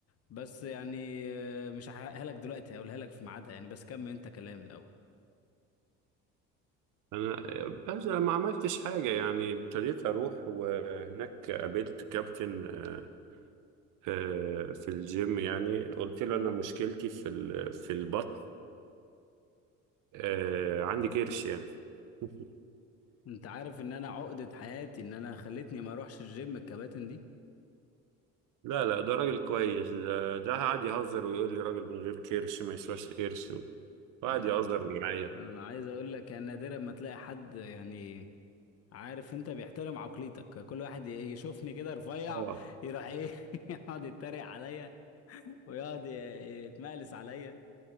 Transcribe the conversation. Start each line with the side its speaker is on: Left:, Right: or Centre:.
Left: بس يعني آه، مش هحرقها لك دلوقتي هقولها لك في ميعادها يعني بس كمل انت كلام الاول
Right: انا بس ما عملتش حاجه يعني ابتديت اروح وهناك قابلت كابتن آه، آه، في الجيم يعني قلت له انا مشكلتي في ال- في البطن آه، عندي كرش يعني <laughs>
Left: انت عارف ان انا عقده حياتي ان انا خلتني ما اروحش الجيم الكباتن دي
Right: لا لا ده راجل كويس ده ده قعد يهزر ويقول لي راجل من غير كرش ما يسواش قرش وقعد
Left: ده انا
Right: يهزر معايا
Left: ده انا عايز اقول لك يعني نادرا ما تلاقي حد يعني عارف انت بيحترم عقليتك كل واحد يشوفني كده رفيع
Right: اه
Left: يروح ايه <laughs> يقعد يتريق عليا ويقعد ي- يتمقلس عليا